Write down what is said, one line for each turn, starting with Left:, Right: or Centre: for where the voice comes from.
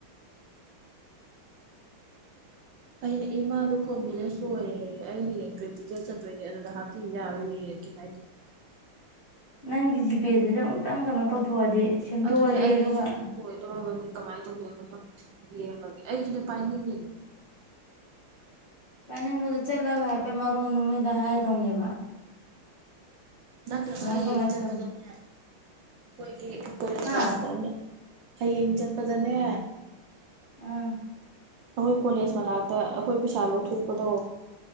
Right: ꯑꯩꯅ ꯏꯃꯥꯗꯣ ꯐꯣꯟ ꯕꯦꯂꯦꯁ ꯂꯣꯏꯔꯦ ꯑꯩ ꯍꯌꯦꯡ ꯄꯔꯦꯛꯇꯤꯀꯦꯜ ꯆꯠꯇꯣꯏꯅꯦ ꯑꯗꯨꯗ ꯍꯥꯞꯄꯤꯕ ꯌꯥꯔꯣꯏꯌꯦ꯫ ꯒꯤ ꯍꯥꯏꯒꯤ
Left: ꯅꯪꯒꯤ ꯖꯤꯄꯦꯗꯨꯁꯨ ꯑꯃꯨꯛꯇꯪ ꯀꯩꯅꯣ ꯇꯧꯊꯣꯛꯑꯗꯤ ꯁꯦꯝꯇꯣꯛꯑꯗꯤ
Right: ꯑꯗꯨꯅꯦ ꯑꯩꯒꯤꯁꯨ
Left: ꯑꯗꯨꯒ
Right: ꯑꯃꯨꯛ ꯂꯣꯏꯗꯣꯔꯕꯅꯤ꯫ ꯀꯃꯥꯏꯅ ꯇꯧꯗꯣꯏꯅꯣ ꯈꯪꯗꯦ ꯌꯦꯡꯉꯒꯦ ꯑꯩꯁꯨꯅꯦ ꯄꯥꯏꯅꯤꯡꯉꯤꯅꯤ꯫
Left: ꯄꯥꯅꯤꯡꯕꯗꯨ ꯆꯠꯂꯒ ꯍꯥꯏꯐꯦꯠ ꯃꯔꯣꯟꯗꯨ ꯃꯣꯏꯗ ꯍꯥꯏꯗꯧꯅꯦꯕ꯫
Right: ꯅꯠꯇ꯭ꯔꯒ
Left: ꯀꯃꯥꯏ
Right: ꯍꯌꯦꯡ
Left: ꯀꯃꯥꯏ
Right: ꯆꯠꯄꯗꯅꯦ
Left: ꯇꯧ
Right: ꯃꯣꯏꯒꯤ ꯀꯣꯂꯦꯁ꯫
Left: ꯍꯥ
Right: <unintelligible> ꯍꯥꯌꯦꯡ ꯆꯠꯄꯗꯅꯦ꯫
Left: ꯑꯥ꯫
Right: ꯑꯩꯈꯣꯏ ꯀꯣꯂꯦꯁ ꯃꯅꯥꯛꯇ ꯑꯩꯈꯣꯏ ꯄꯩꯁꯥ ꯂꯧꯊꯣꯛꯄꯗꯣ꯫